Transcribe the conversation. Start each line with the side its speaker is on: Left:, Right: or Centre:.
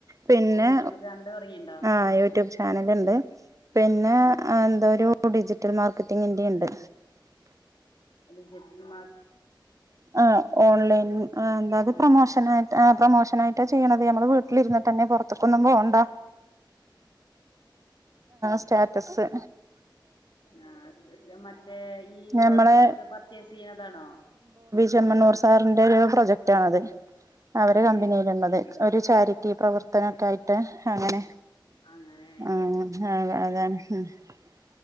Right: പിന്നെ
Left: യൂട്യൂബ് ചാനല് തുടങ്ങിണ്ടോ
Right: ആഹ യൂട്യൂബ് ചാനല ഉണ്ട് പിന്നെ
Left: ആഹ്
Right: എന്താ ഒരു ഡിജിറ്റൽ മാർക്കറ്റിങ്ങിന്റെറെ ഉണ്ട്
Left: അ ജ <inaudible>
Right: ആ ഓൺലൈൻ
Left: ഓൺലൈൻ
Right: പ്രമോഷ പ്രൊമോഷൻ ആയിട്ടാണ് ചെയ്യണത് വീട്ടിലിറത്തൊന്നും പോണ്ട സ്റ്റാറ്റസ്
Left: ആഹ അ അ മറ്റേ ഈ പ്രോഡക്റ്റ്
Right: ഞമ്മളെ
Left: ഒക്കെ പർച്ചേസ് ചെയ്യുന്നതാണോ?
Right: ചെമ്മണൂർ സാറിന്റെ ഒരു പ്രൊജക്റ്റ് ആണത് അവര്
Left: അതെ
Right: കമ്പനിൽള്ളത് ഒരു ചാരിറ്റി പ്രവർ- വത്തനൊക്കെ ആയിട്ട് അങ്ങനെ
Left: അങ്ങനെയാണല്ലേ
Right: ആ അ അത ഉ <unintelligible>